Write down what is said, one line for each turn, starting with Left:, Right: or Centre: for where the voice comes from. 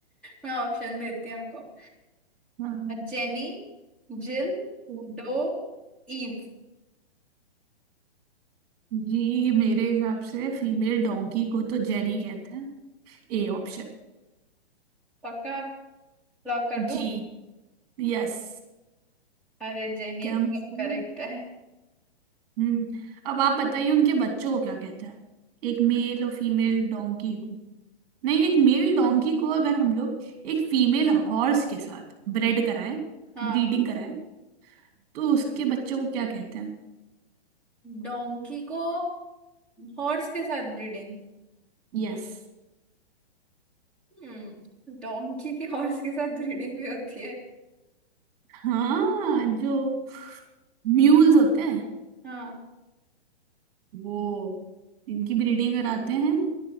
Centre: मैं ऑप्शन देती हूँ आपको
Right: हाँ
Centre: जेनी जिल
Right: तो
Centre: डो ईव
Right: जी मेरे हिसाब से फीमेल डोंकी को तो जेनी कहते हैं A option
Centre: पक्का लॉक कर दूं
Right: जी यस
Centre: अरे जेनी
Right: क्या
Centre: एकदम
Right: मैं सही
Centre: करेक्ट
Right: हूँ?
Centre: है
Right: हम्म अब आप बताइए उनके बच्चों को क्या कहते हैं एक मेल और फीमेल डोंकी को नहीं एक मेल डोंकी को अगर हम लोग एक फीमेल हॉर्स के साथ ब्रेड कराएं
Centre: हाँ
Right: ब्रीडिंग कराएं तो उसके बच्चों को क्या कहते हैं
Centre: डोंकी को हॉर्स के साथ ब्रीडिंग
Right: यस
Centre: हम्म डोंकी की हॉर्स के साथ ब्रीडिंग भी होती है
Right: हाँ जो म्यूल्स होते हैं
Centre: हाँ
Right: वो इनकी ब्रीडिंग कराते हैं